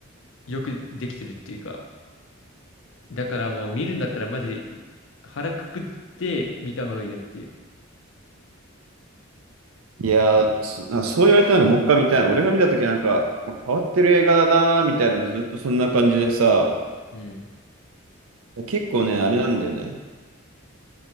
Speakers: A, on the left; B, on the right.
A: よくできてるっていうか、だからもう見るんだったらマジで腹くくって見た方がいいよっていう。
B: いやー、そ、なそう言われてなんかもう一回見たいな。俺が見たときなんか、まあ、変わってる映画だなーみたいなのもずっとそんな感じでさ、
A: うん。
B: 結構ね、あれなんだよね。